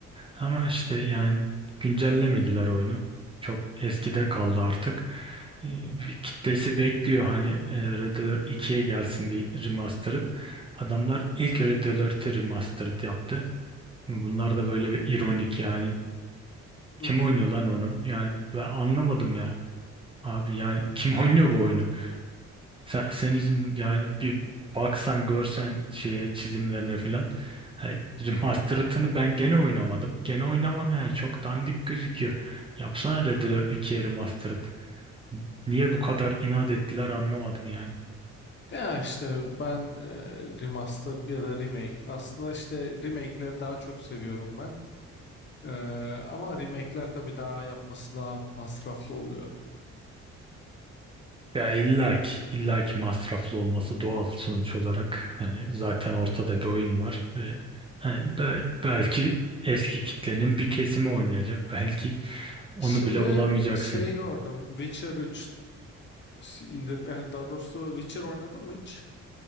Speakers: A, on the right; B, on the left.
A: Ama işte yani güncellemediler oyunu. Çok eskide kaldı artık. E, bir kitlesi bekliyor hani e, Red Alert 2'ye gelsin bir remastered. Adamlar ilk Red Alert'i remastered yaptı. Bunlar da böyle bir ironik yani.
B: <laughs>
A: Kim oynuyor lan onu? Yani ben anlamadım ya. Abi yani <laughs> kim oynuyor bu oyunu? Sen, senin için yani bir baksan görsen şeye çizimlerine filan. Hani Remastered'ını ben gene oynamadım. Gene oynamam yani çok dandik gözüküyor. Yapsana Red Dead 2'ye Remastered. Niye bu kadar inat ettiler anlamadım yani.
B: Ya işte ben e, remaster ya da remake. Aslında işte remake'leri daha çok seviyorum ben. E, ama remake'ler tabii daha yapması daha masraflı oluyor.
A: Ya illaki, illaki masraflı olması doğal sonuç olarak. Hani zaten ortada bir oyun var ve hani bel- belki eski kitlenin bir kesimi oynayacak. Belki onu
B: Şimdi
A: bile bulamayacaksın.
B: şeyi gördüm. Witcher 3 indir e, daha doğrusu Witcher oynadın mı hiç?